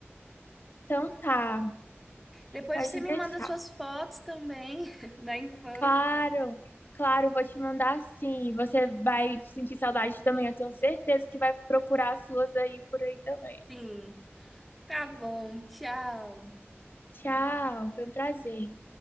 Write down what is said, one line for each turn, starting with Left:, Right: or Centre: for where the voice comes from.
Left: Então tá,
Centre: Depois
Left: pode
Centre: você me
Left: deixar.
Centre: manda suas fotos também <laughs> da infância.
Left: Claro, claro, vou te mandar sim. Você vai sentir saudade também. Eu tenho certeza que vai procurar as suas aí por aí também.
Centre: Sim. Tá bom, tchau.
Left: Tchau, foi um prazer.